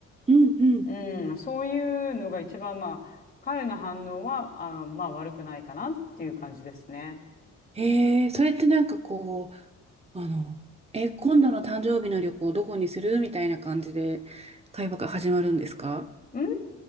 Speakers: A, on the right; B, on the left.
A: うんうん。
B: うん、そういうのが一番、まあ、彼の反応は、あの、まあ、悪くないかなっていう感じですね。
A: えー、それってなんかこう、あの、え、今度の誕生日の旅行どこにするみたいな感じで会話が始まるんですか
B: うん